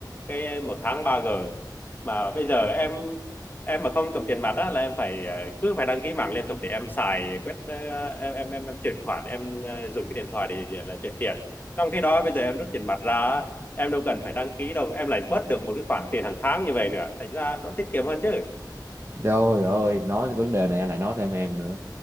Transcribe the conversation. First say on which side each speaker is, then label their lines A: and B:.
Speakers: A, on the left; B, on the right.
A: cái ờ, một tháng ba g mà bây giờ em em mà không cầm tiền mặt á là em phải ờ, cứ phải đăng ký mạng liên tục để em xài quét ờ, em em em, em chuyển khoản em ờ, dùng cái điện thoại để, để là chuyển tiền trong khi đó bây giờ em rút tiền mặt ra á, em đâu cần phải đăng ký đâu em lại bớt được một cái khoản tiền hàng tháng như vậy nữa thành ra nó tiết kiệm hơn chứ
B: Trời ơi nói tới vấn đề này anh lại nói thêm em nữa